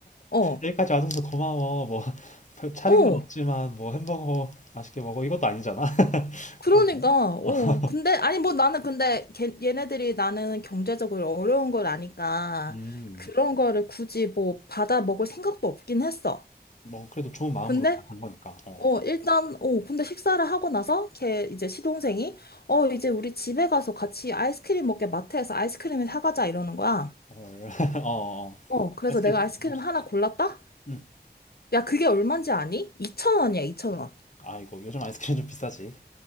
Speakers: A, on the left (about 65°); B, on the left (about 45°).
A: 어.
B: 여기까지 와줘서 고마워. 뭐 별 차린
A: 어,
B: 건 없지만 뭐 햄버거 맛있게 먹어 이것도 아니잖아. <laughs>
A: 그러니까,
B: 그렇네.
A: 어,
B: 아,
A: 근데, 아니, 뭐 나는 근데, 걔, 얘네들이 나는 경제적으로 어려운 걸 아니까,
B: 음.
A: 그런 거를 굳이 뭐 받아 먹을 생각도 없긴 했어.
B: 뭐 그래도 좋은 마음으로
A: 근데,
B: 딱 간 거니까. 어.
A: 어, 일단, 어, 근데 식사를 하고 나서, 걔, 이제 시동생이, 어, 이제 우리 집에 가서 같이 아이스크림 먹게 마트에서 아이스크림을 사가자, 이러는 거야.
B: 헐. <laughs> 어, 어.
A: 어, 그래서
B: 아이스크림
A: 내가 아이스크림
B: 먹을 수
A: 하나
B: 있지.
A: 골랐다?
B: 응.
A: 야, 그게 얼만지 아니? 2천원이야2천원
B: 아, 이거 요즘 아이스크림 좀 비싸지.